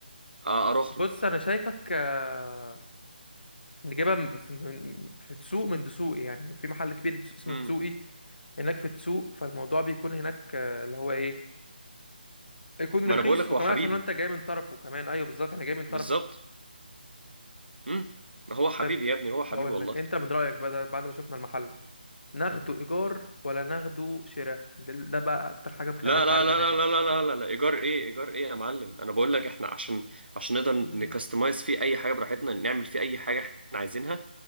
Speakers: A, on the right (about 80°); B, on the left (about 75°).
A: آه اروح
B: بص
A: له
B: انا شايفك آه، نجيبها من- في من- في سوق من دسوقي يعني في محل كبير اسمه
A: امم
B: السوقي هناك في السوق فالموضوع بيكون هناك آه، اللي هو ايه يكون
A: ما
B: رخيص
A: انا بقول لك
B: وكمان
A: هو حبيبي
B: عشان انت جاي من طرفه كمان ايوه بالظبط احنا جاي من طرفك
A: بالظبط امم ما هو حبيبي
B: طيب
A: يا ابني هو حبيبي
B: هقول
A: والله
B: لك انت من رايك بقى ده بعد ما شفنا المحل ناخده ايجار ولا ناخده شراء ده, ده بقى اكتر حاجه مخليني
A: لا
B: مش
A: لا
B: عارف
A: لا
B: انام
A: لا لا لا لا لا لا ايجار ايه ايجار ايه يا معلم انا بقول لك احنا عشان عشان نقدر
B: مم.
A: نكستمايز فيه اي حاجه براحتنا نعمل فيه اي حاجه احنا عايزينها